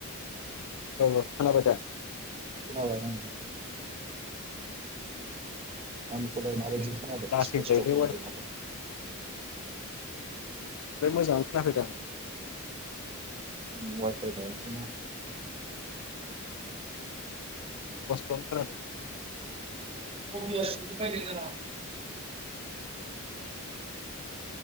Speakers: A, on the left; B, on the right.
A: औ खोनाबाय दा?
B: खोनाबाय उम। आंनिखौलाय माबायदि खोनादों
A: लासै
B: स्पसथ'
A: जायोलै
B: खोनादोंना?
A: नोंनिखौ मोजाङैनो खोनाफैदों
B: आं वाइ-फाइ लायाखैना।
A: स्पस्थ'आनो
B: <unintelligible>
A: खोनादों
B: <unintelligible>